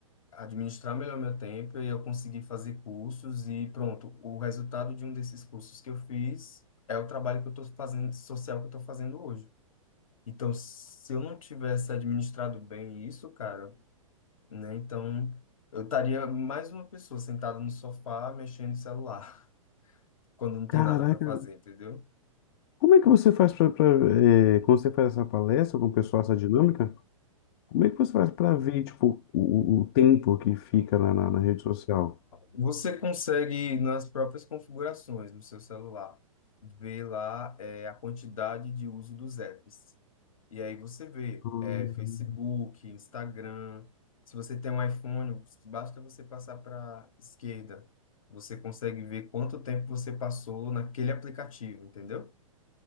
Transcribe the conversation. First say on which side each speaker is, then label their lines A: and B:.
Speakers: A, on the left (about 75°); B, on the left (about 45°).
A: administrar melhor meu tempo e eu consegui fazer cursos e pronto, o resultado de um desses cursos que eu fiz é o trabalho que eu estou fazendo, social que eu estou fazendo hoje. Então, se eu não tivesse administrado bem isso, cara, né, então eu estaria mais uma pessoa sentada no sofá mexendo no celular, <laughs> quando não
B: Caraca.
A: tem nada para fazer, entendeu?
B: Como é que você faz pra, pra, eh, quando você faz essa palestra com o pessoal, essa dinâmica, como é que você faz pra ver, tipo, o, o o tempo que fica na, na, na rede social?
A: Você consegue, nas próprias configurações no seu celular, ver lá é, a quantidade de uso dos apps. E aí você vê
B: Ah,
A: é, Facebook, Instagram. Se você tem um iPhone, basta você passar para esquerda. Você consegue ver quanto tempo você passou naquele aplicativo, entendeu?